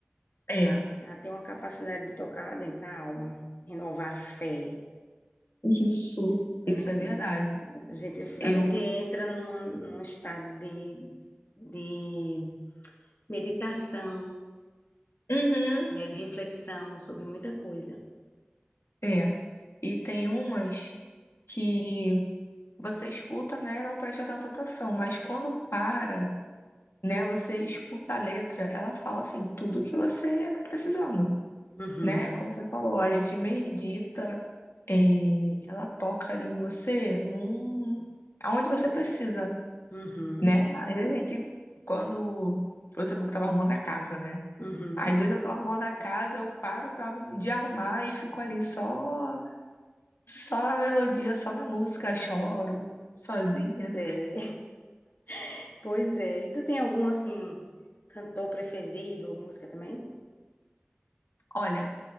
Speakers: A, on the left (about 85°); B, on the left (about 55°).
A: É,
B: Ela tem uma capacidade de tocar lá dentro da alma, renovar a fé.
A: isso,
B: né?
A: isso é verdade.
B: A gente,
A: Eu,
B: a gente entra numa, num estado de, de meditação,
A: uhum,
B: né? De reflexão sobre muita coisa.
A: é. E tem umas que você escuta, né, não presta tanta atenção, mas quando para, né, você escuta a letra, ela fala assim, tudo que você tá precisando,
B: Uhum,
A: né? Como você falou, a gente medita, é, ela toca ali em você, num, aonde você precisa,
B: uhum,
A: né? Às vezes a gente, quando você falou que tava arrumando a casa, né?
B: uhum.
A: Às vezes eu tô arrumando a casa, eu paro pra, arrum- de arrumar e fico ali só, só na melodia, só na música, choro, sozinha.
B: Pois é, <laughs> pois é. E tu tem algum, assim, cantor preferido ou música também?
A: Olha,